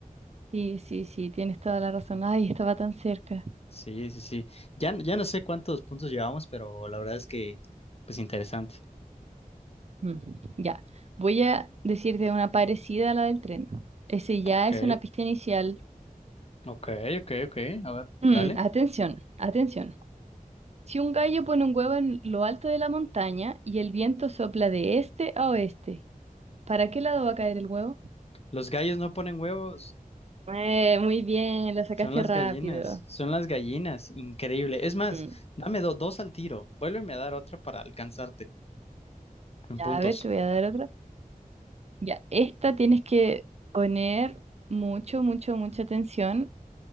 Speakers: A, on the right; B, on the left.
A: sí, sí, sí, tienes toda la razón. Ay, estaba tan cerca.
B: Sí, sí, sí. Ya, ya no sé cuántos puntos llevamos, pero la verdad es que, pues interesante.
A: Mm, Ya, voy a decirte una parecida a la del tren. Ese ya
B: Ok,
A: es una pista inicial.
B: ok, ok, ok. A ver,
A: Mm,
B: dale.
A: atención, atención. Si un gallo pone un huevo en lo alto de la montaña y el viento sopla de este a oeste, ¿para qué lado va a caer el huevo?
B: Los gallos no ponen huevos.
A: Eh, muy bien, lo sacaste
B: Son las
A: rápido.
B: gallinas, son las gallinas. Increíble. Es
A: Ujú.
B: más, dame do- dos al tiro. Vuélveme a dar otra para alcanzarte en
A: Ya,
B: puntos.
A: a ver, te voy a dar otra. Ya, esta tienes que poner mucho, mucho, mucha atención